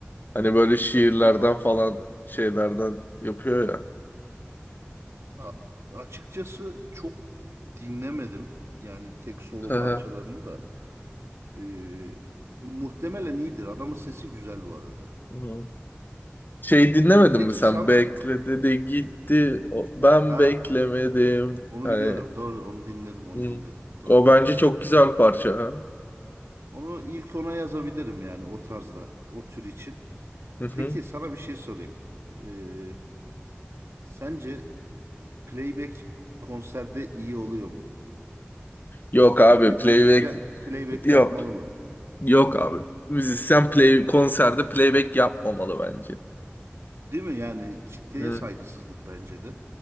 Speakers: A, on the left; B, on the right.
A: Hani böyle şiirlerden
B: Ya a-
A: falan şeylerden yapıyor ya.
B: a- açıkçası çok dinlemedim. Yani tek solo
A: Hı hı.
B: parçalarını da. Ee, muhtemelen iyidir. Adamın sesi güzel bu arada.
A: Hı. Şey dinlemedin
B: Peki
A: mi sen?
B: sana
A: Bekle dedi gitti. O- ben
B: ha
A: beklemedim.
B: onu
A: Hani
B: biliyorum. Doğru onu dinledim onu
A: hı.
B: dinledim. Doğru
A: O
B: o
A: bence
B: güzel.
A: çok güzel parça. ha.
B: Onu ilk ona yazabilirim yani o tarzda o tür için.
A: Hı hı.
B: Peki sana bir şey sorayım. Ee, sence playback konserde iyi oluyor mu?
A: Yok abi
B: Yani bir müzisyen
A: playback
B: playback
A: yok.
B: yapmalı mı?
A: Yok abi. Müzisyen play konserde playback yapmamalı bence.
B: Değil mi? Yani kitleye
A: Hı.
B: saygısızlık bence de.